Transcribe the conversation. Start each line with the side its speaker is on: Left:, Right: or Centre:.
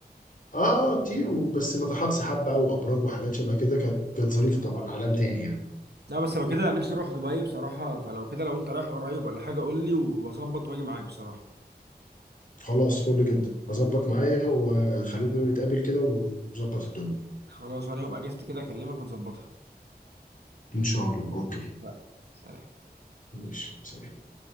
Left: اه آه، كتير وبس ناطحات سحاب بقى وابراج وحاجات شبه كده كانت كانت ظريفه طبعا عالم تاني يعني
Right: لا بس لو كده نفسي أروح دبي بصراحة فلو كده لو أنت رايح قريب ولا حاجة قول لي وأظبط وأجي معاك بصراحة
Left: خلاص فل جدا اظبط معايا وخلينا نتقابل كده ونظبط الدنيا
Right: خلاص وأنا يوم أجازتي كده أكلمك ونظبطها
Left: ان شاء الله اوكي
Right: لا، سلام
Left: ماشي سلام